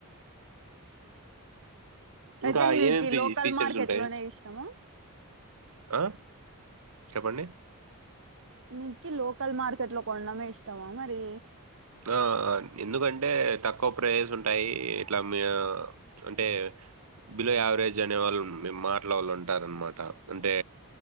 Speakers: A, on the right; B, on the right.
A: అయితే
B: ఇంకా
A: నీకు
B: ఏమేమి ఫీ
A: లోకల్
B: ఫీచర్స్
A: మార్కెట్
B: ఉంటాయి?
A: లోనే ఇష్టము
B: ఆ చెప్పండి
A: నీకి లోకల్ మార్కెట్ లో కొనడమే ఇష్టమా మరి
B: ఆ ఆ ఎందుకంటే తక్కువ ప్రైస్ ఉంటాయి ఇట్లా అంటే బిలో యావరేజ్ అనే వాళ్ళు మే మాటలు వాళ్ళు ఉంటారనమాట అంటే